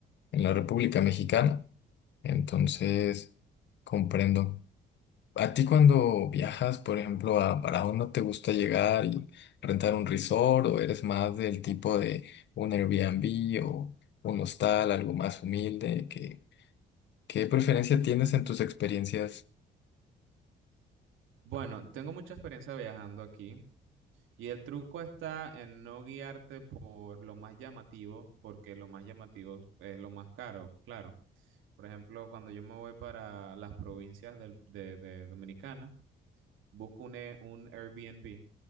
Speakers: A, on the left; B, on the right.
A: en la República Mexicana, entonces comprendo. ¿A ti cuando viajas, por ejemplo, a Barahona, no te gusta llegar y rentar un resort o eres más del tipo de un Airbnb o un hostal, algo más humilde? ¿Qué, qué preferencia tienes en tus experiencias?
B: Bueno, tengo mucha experiencia viajando aquí y el truco está en no guiarte por lo más llamativo, porque lo más llamativo es lo más caro, claro. Por ejemplo, cuando yo me voy para las provincias del- de, de Dominicana, busco un, e- un Airbnb